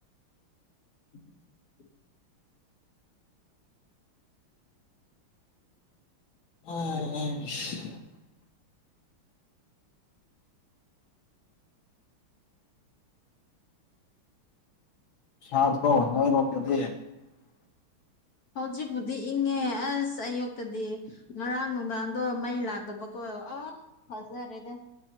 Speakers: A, on the left; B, on the left.
A: <unintelligible>
B: ꯑ ꯁꯥꯖꯕ ꯅꯗꯤ <unintelligible>
A: ꯍꯧꯖꯤꯛꯄꯨꯗꯤ ꯏꯪꯉꯦ ꯑꯁ ꯑꯌꯨꯛꯇꯗꯤ ꯉꯔꯥꯡ ꯅꯨꯡꯗꯥꯡꯗꯣ ꯃꯩ ꯂꯥꯛꯇꯕꯀꯣ
B: <unintelligible>
A: ꯑ ꯐꯖꯔꯦꯗ